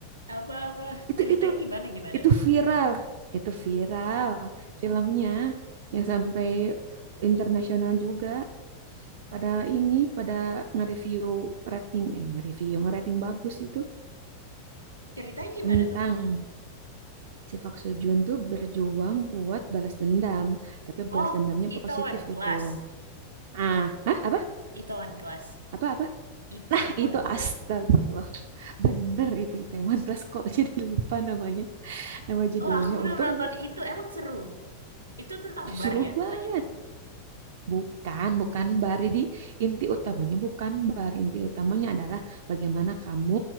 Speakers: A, on the right; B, on the right.
A: Apa-apa?
B: Itu
A: Ceritanya
B: itu
A: gimana gimana?
B: itu viral, itu viral filmnya yang sampai internasional juga. pada ini pada nge-review rating eh nge-review nge-rating bagus itu
A: Ceritanya gimana
B: tentang
A: tuh?
B: si Park Seo Joon tuh berjuang buat balas dendam tapi
A: Oh,
B: balas dendamnya
A: Itaewon
B: positif
A: Class.
B: gitu ah hah apa
A: Itaewon Class.
B: apa apa
A: Itaewon
B: <laughs> itu
A: Class.
B: astagfirullah bener itu Itaewon Class kok <laughs> jadi lupa namanya nama judulnya
A: Oh, aku belum
B: untung
A: nonton itu. Emang seru. Itu tentang
B: seru
A: bar ya
B: banget
A: katanya.
B: Bukan, bukan bar. Jadi inti utamanya bukan bar. Inti utamanya adalah bagaimana kamu